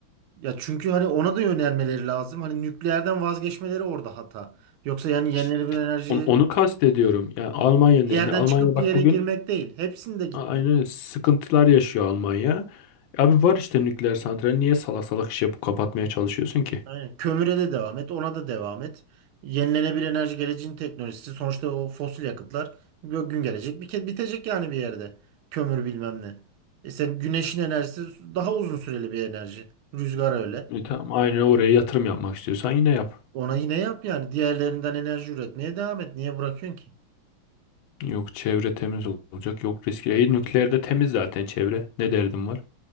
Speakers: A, on the right; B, on the left.
A: Ya çünkü hani ona da yönelmeleri lazım. Hani nükleerden vazgeçmeleri orada hata. Yoksa yani yenilenebilir
B: İşte
A: enerji
B: on- onu kastediyorum. Yani Almanya'nın
A: bir
B: elinde.
A: yerden
B: Almanya
A: çıkıp
B: bak
A: bir yere
B: bugün
A: girmek değil. Hepsinde gitmek.
B: a- aynen öyle sıkıntılar yaşıyor Almanya. Abi var işte nükleer santral. Niye salak salak iş yapıp kapatmaya çalışıyorsun ki?
A: Aynen. Kömüre de devam et, ona da devam et. Yenilenebilir enerji geleceğin teknolojisi. Sonuçta o fosil yakıtlar bir gün gelecek. Bir kez bitecek yani bir yerde. Kömür bilmem ne. E sen güneşin enerjisi daha uzun süreli bir enerji. Rüzgar öyle.
B: E tamam aynen oraya yatırım yapmak istiyorsan yine yap.
A: Ona yine yap yani. Diğerlerinden enerji üretmeye devam et. Niye bırakıyorsun ki?
B: Yok çevre temiz olacak. Yok riski. E, nükleerde temiz zaten çevre. Ne derdim var?